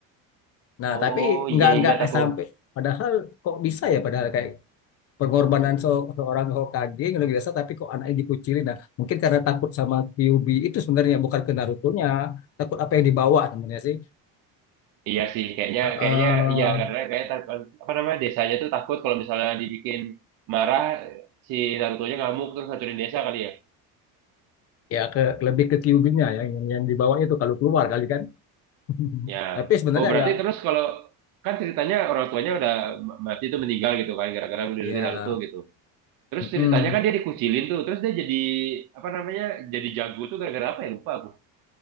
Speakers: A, on the left; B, on the right.
A: Nah
B: Oh
A: tapi nggak
B: iya
A: nggak
B: ingat
A: eh,
B: aku.
A: sampai padahal kok bisa ya padahal kayak pengorbanan se- seorang Hokage yang luar biasa tapi kok anaknya dikucilin. Nah mungkin karena takut sama Kyuubi itu sebenarnya bukan ke Naruto-nya, takut apa yang dibawa sebenarnya sih.
B: Iya sih kayaknya
A: Eh, eh,
B: kayaknya iya karena kayak tak- apa namanya desanya tuh takut kalau misalnya dibikin marah si Naruto-nya ngamuk terus hancurin desa kali ya.
A: ya ke lebih ke Kyuubi-nya ya, yang yang dibawa itu kalau keluar kali kan. <laughs>
B: Ya.
A: Tapi sebenarnya
B: Oh, berarti
A: ya
B: terus kalau kan ceritanya orang tuanya udah m- mati tuh meninggal gitu kan gara-gara melindungi
A: ya
B: Naruto gitu. Terus
A: mm-mm.
B: ceritanya kan dia dikucilin tuh, terus dia jadi apa namanya? Jadi jago tuh gara-gara apa ya? Lupa aku.